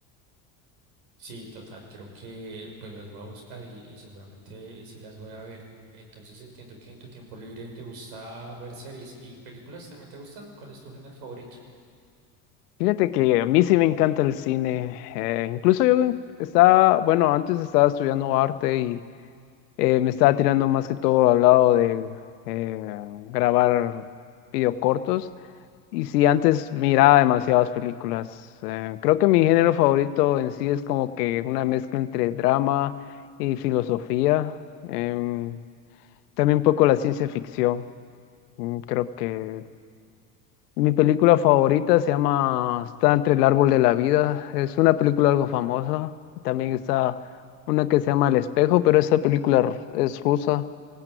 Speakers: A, on the right; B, on the left.
A: Sí, total, creo que pues las voy a buscar y, y seguramente sí las voy a ver. Entonces entiendo que en tu tiempo libre te gusta ver series y películas también te gustan. ¿Cuál es tu género favorito?
B: Fíjate que a mí sí me encanta el cine. eh, incluso yo estaba, bueno, antes estaba estudiando arte y eh, me estaba tirando más que todo al lado de eh, grabar videocortos. Y sí, antes miraba demasiadas películas. eh, creo que mi género favorito en sí es como que una mezcla entre drama y filosofía. em, también un poco la ciencia ficción. mm, Creo que mi película favorita se llama Está entre el árbol de la vida. Es una película algo famosa. También está una que se llama El espejo, pero esa película r- es rusa.